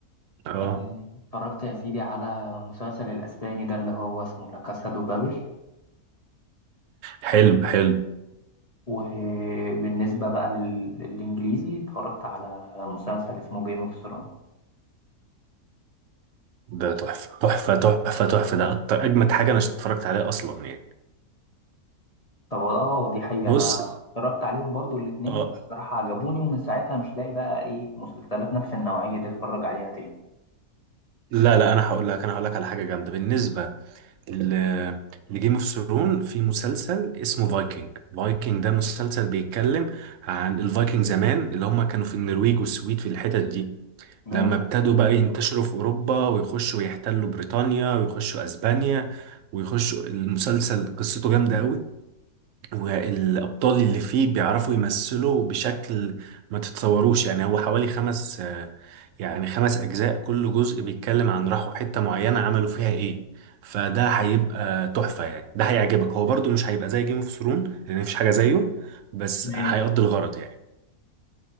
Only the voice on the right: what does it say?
اه
حلو حلو
ده تحفه تحفه تحفه تحفه ده اكتر اجمد حاجه انا اتفرجت عليها اصلا يعني
بص
اه
لا لا انا هقول لك انا هقول لك على حاجه جامده بالنسبه ل- لجيم اوف ثرون في مسلسل اسمه فايكنج فايكنج ده مسلسل بيتكلم عن الفايكنج زمان اللي هم كانوا في النرويج والسويد في الحتت دي
لما ابتدوا بقى ينتشروا في أوروبا ويخشوا ويحتلوا بريطانيا ويخشوا أسبانيا ويخشوا المسلسل قصته جامدة قوي والأبطال اللي فيه بيعرفوا يمثلوا بشكل ما تتصوروش يعني هو حوالي خمس آه، يعني خمس أجزاء كل جزء بيتكلم عن راحوا حتة معينة عملوا فيها إيه فده هيبقى تحفة يعني ده هيعجبك هو برضو مش هيبقى زي جيم اوف ثرون لأن مفيش حاجة زيه بس
هيقضي الغرض يعني